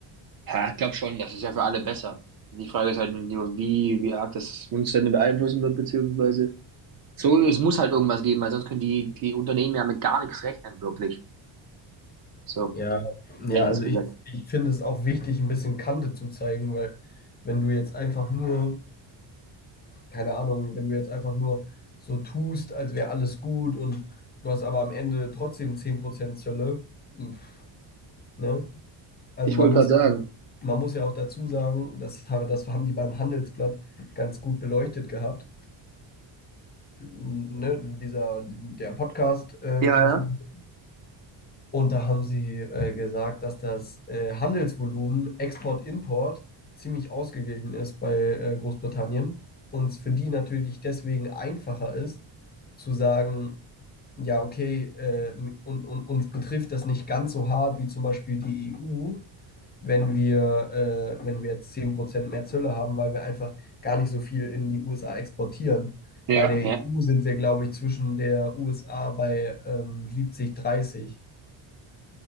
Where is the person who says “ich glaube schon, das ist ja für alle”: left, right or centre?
Right